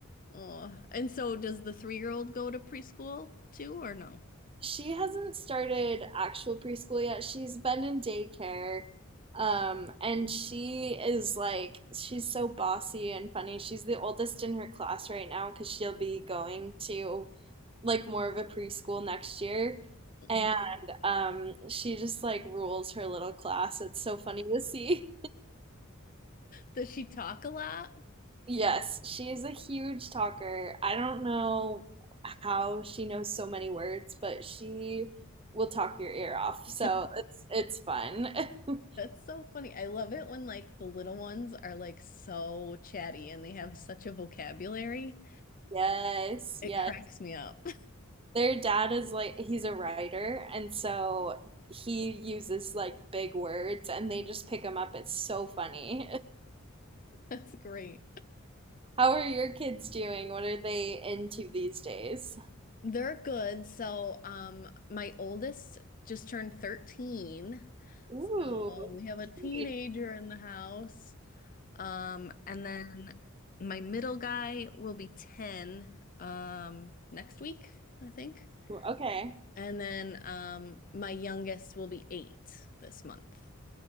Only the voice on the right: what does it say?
she hasn't started actual preschool yet. She's been in daycare. Um, and she is like, she's so bossy and funny. She's the oldest in her class right now because she'll be going to like more of a preschool next year. And
um, she just like rules her little class. It's so funny to see.
Yes, she is a huge talker. I don't know how she knows so many words, but she will talk your ear off.
So it's it's fun. <laughs>
Yes,
yes.
Their dad is like he's a writer, and so he uses like big words and they just pick them up. It's so funny.
<laughs> How are your kids doing? What are they into these days?
Ooh,
teen.
Okay.